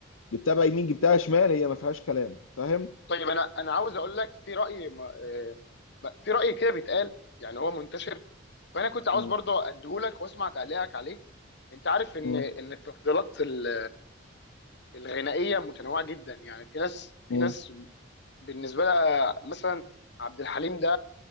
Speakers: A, on the left; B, on the left.
A: جبتها بقى يمين جبتها شمال هي ما فيهاش كلام فاهم
B: طيب انا انا عاوز اقول لك في راي ما- آه، ما- في راي كده بيتقال يعني هو منتشر فانا كنت عاوز
A: مم،
B: برضو اديهولك واسمع تعليقك عليه انت عارف ان
A: مم،
B: ان التفضيلات ال- الغنائيه متنوعه جدا يعني في ناس في
A: مم،
B: ناس بالنسبه لها مثلا عبد الحليم ده